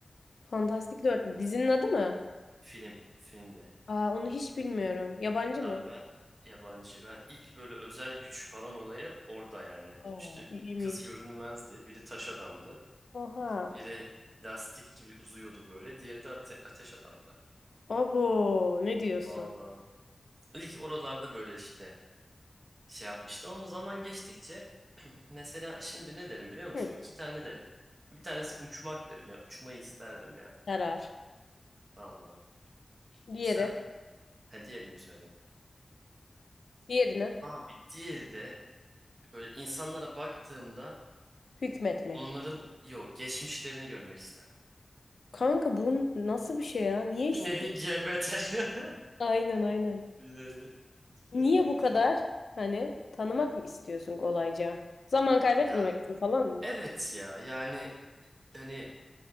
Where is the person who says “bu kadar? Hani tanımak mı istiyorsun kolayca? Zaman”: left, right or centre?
Left